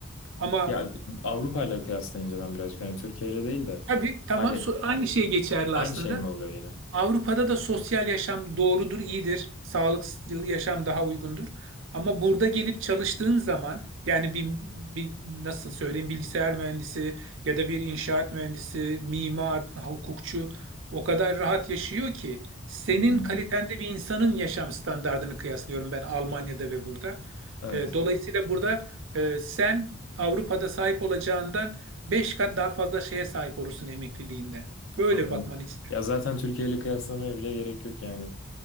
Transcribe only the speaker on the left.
Ya Avrupa ile kıyaslayınca ben birazcık hani Türkiye ile değil de
hani
aynı
şey mi oluyor yine?
Hmm,
evet,
anladım.
Ya zaten Türkiye ile kıyaslamaya bile gerek yok yani.